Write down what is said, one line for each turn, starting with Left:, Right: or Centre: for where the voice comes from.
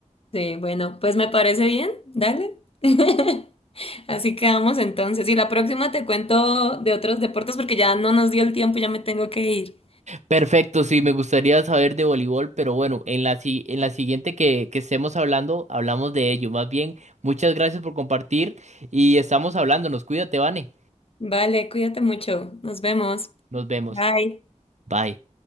Left: Sí, bueno, pues me parece bien, dale. <laughs> Así quedamos entonces. Y la próxima te cuento de otros deportes porque ya no nos dio el tiempo, ya me tengo que ir.
Right: Perfecto, sí, me gustaría saber de voleibol, pero bueno, en la, si- en la siguiente que, que estemos hablando, hablamos de ello. Más bien, muchas gracias por compartir y estamos hablándonos. Cuídate, Vane.
Left: Vale, cuídate mucho. Nos vemos.
Right: Nos vemos.
Left: Bye.
Right: Bye.